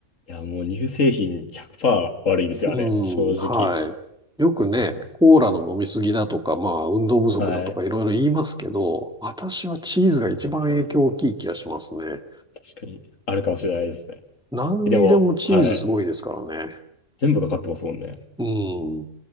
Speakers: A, on the left; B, in the centre.
A: いや、もう乳製品100%悪いですよ、
B: う
A: あれ。正直。
B: ん、はい。よくね、
A: おー
B: コーラの飲みすぎだとか、まあ、運動不足だとかいろいろ言いますけど、
A: はい。
B: 私はチーズが一番影響大きい気がしますね。
A: そうなんですよね。確かに。あるかもしれないですね。
B: 何にでもチーズすごいですからね。
A: でも、はい。全部かかってますもんね。
B: うん、